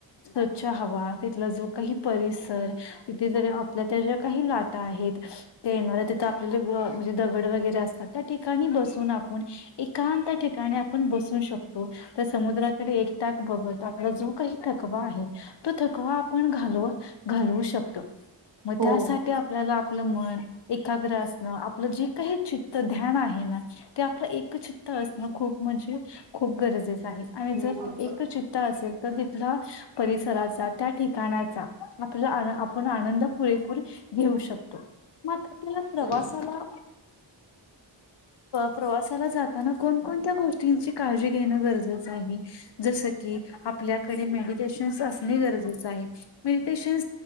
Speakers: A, on the left; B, on the right.
A: स्वच्छ हवा तिथला जो काही परिसर तिथे जर आपल्या त्या ज्या काही लाट आहेत. येणार तिथ आपल्या म्हणजे दगड वगैरे असतात. त्या ठिकाणी बसून आपण एकांत ठिकाणी आपण बसू शकतो तर समुद्राकडे त्यात बघत आपला जो काही थकवा आहे तो थकवा आपण घालव घालवू शकतो. मग
B: हो
A: त्यासाठी आपल्याला आपलं मन एकाग्र असणं आपलं जे काही चित. ध्यान आहे ना ते आपलं एकचित्त असणं खूप म्हणजे खूप गरजेचं. आणि
B: हो
A: जर
B: बरोबर
A: एक चित्ता असेल तर. आप परिसराचा त्या ठिकाणाचा आपला आपण आनंद पुरेपूर घे. घेऊ शकतो मात्र आपल्याला प्रवासाला.
B: बरोबर.
A: प्रवासाला जाताना कोणकोणत्या गोष्टींची काळजी घेणं गरजेचं आहे जस. आपल्याकडे मेडटेशन असने गरजे आहे मेडटेशन